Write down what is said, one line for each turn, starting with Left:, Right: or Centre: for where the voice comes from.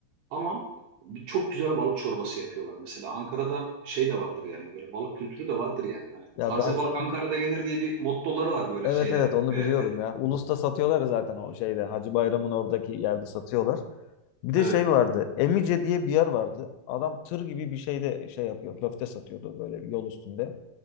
Right: Ama bir çok güzel balık çorbası yapıyorlar. Mesela Ankara'da şey de vardır yani böyle balık kültürü de vardır yani. Hani
Left: Ya
Right: taze
Left: ben sana
Right: balık Ankara'da yenir diye bir mottoları var böyle
Left: Evet
Right: şeylerin.
Left: evet onu
Right: Ee,
Left: biliyorum ya. Ulus'ta satıyorlar ya zaten o şeyde Hacı Bayram'ın oradaki yerde satıyorlar. Bir de
Right: <laughs>
Left: şey
Right: evet,
Left: vardı. Emice diye bir yer vardı. Adam tır gibi bir şeyde şey yapıyor. Köfte satıyordu böyle yol üstünde.